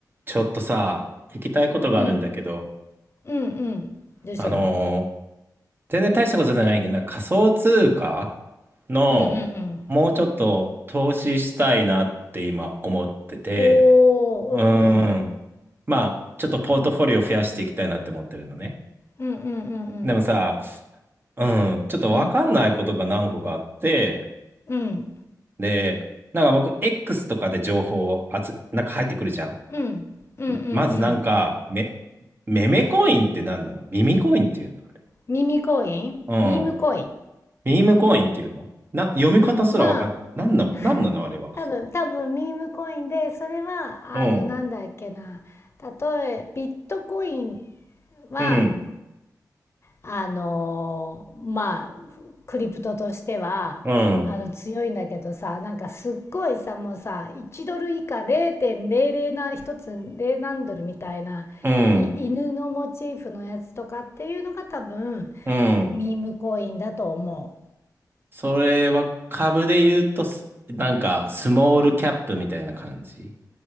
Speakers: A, on the right (about 35°); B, on the left (about 40°).
A: ちょっとさ、聞きたいことがあるんだけど、
B: うん。うんうん。どうしたの
A: あのー全然大したことじゃないけど、なんか仮想通貨のもうちょっと投資したいなって今思ってて、
B: うんうんうん。おー、
A: うーん。
B: うんうん。
A: まあ、ちょっとポートフォリオ増やしていきたいなって思ってるのね。
B: うんうん
A: でもさ、うん、ちょっとわかんないことが何個かあって、
B: うんうん。うん。うん。
A: で、なんか僕、X とかで情報をあつなんか入ってくるじゃん。
B: うんうんうん。
A: まずなんか、め、メメコインって何なの耳コインっていうのあれ
B: ミミコインミームコイン。
A: うん。ミームコインっていうのな、読み方すらわかん、
B: うん、まあ、
A: なんの、
B: <laughs>
A: なんなのあれは。
B: 多分、多分ミームコインで、それは、あの、
A: うん。
B: なんだっけな。例え、ビットコインは、
A: うん。
B: あのまあクリプトとしてはあの強いんだけどさなんかすっごいさもうさ1ドル以下0.00な1つ0何ドルみたいない犬のモチーフのやつとかっていうのが多分
A: うん。うん。うん。
B: ミームコインだと思
A: それは株で言うとす、なんか、スモールキャップみたいな感じ